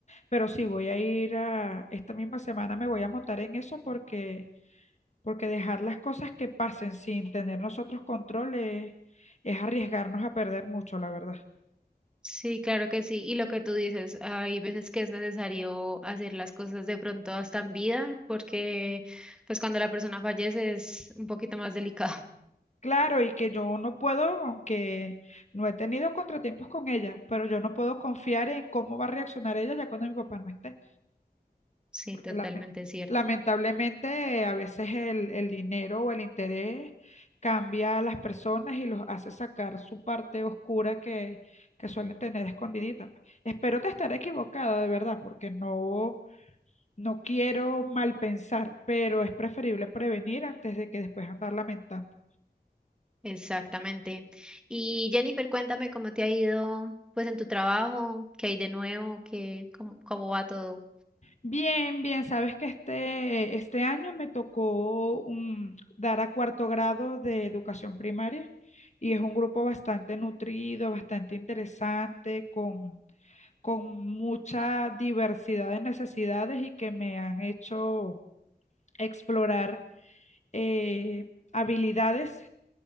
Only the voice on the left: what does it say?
Pero sí, voy a ir a, esta misma semana me voy a montar en eso porque, porque dejar las cosas que pasen sin tener nosotros control es es arriesgarnos a perder mucho, la verdad.
Claro, y que yo no puedo, aunque no he tenido contratiempos con ella, pero yo no puedo confiar en cómo va a reaccionar ella ya cuando mi papá no esté,
porque
lame-
lamentablemente a veces el, el dinero o el interés cambia a las personas y los hace sacar su parte oscura que, que suelen tener escondidita. pues. Espero te estar equivocada, de verdad, porque no, no quiero mal pensar, pero es preferible prevenir antes de que después andar lamentando.
Bien, bien, sabes que este, este año me tocó un- dar a cuarto grado de educación primaria y es un grupo bastante nutrido, bastante interesante, con, con mucha diversidad de necesidades y que me han hecho explorar eh, habilidades